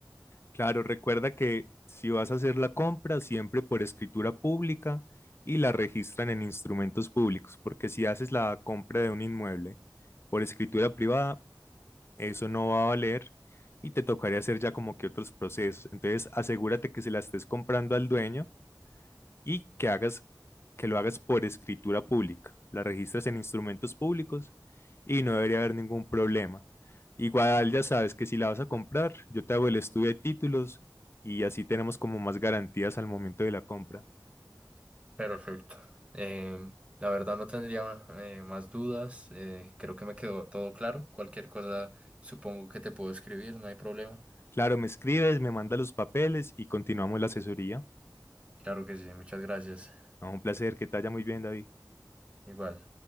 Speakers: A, on the left; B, on the right.
A: Claro, recuerda que si vas a hacer la compra, siempre por escritura pública y la registran en instrumentos públicos, porque si haces la compra de un inmueble por escritura privada, eso no va a valer y te tocaría hacer ya como que otros procesos. Entonces, asegúrate que se la estés comprando al dueño y que hagas, que lo hagas por escritura pública. La registras en instrumentos públicos y no debería haber ningún problema. Igual ya sabes que si la vas a comprar, yo te hago el estudio de títulos y así tenemos como más garantías al momento de la compra.
B: Perfecto. Em, la verdad no tendría eh, más dudas. eh, creo que me quedó todo claro. Cualquier cosa supongo que te puedo escribir, no hay problema.
A: Claro, me escribes, me mandas los papeles y continuamos la asesoría.
B: Claro que sí, muchas gracias.
A: No, un placer, que te vaya muy bien, David.
B: Igual.